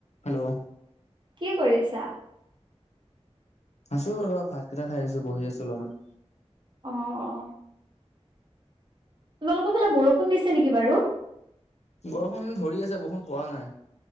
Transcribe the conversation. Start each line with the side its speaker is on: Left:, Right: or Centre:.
Left: হেল্ল'
Right: কি কৰিছা?
Left: আছোঁ ৰবা ভাতকেইটা খাই আছো, বহি আছো অলপমান।
Right: অ' অ'। তোমালোকৰ ফালে বৰষুণ দিছে নেকি বাৰু?
Left: বৰষুণ ধৰি আছে, বৰষুণ পৰা নাই।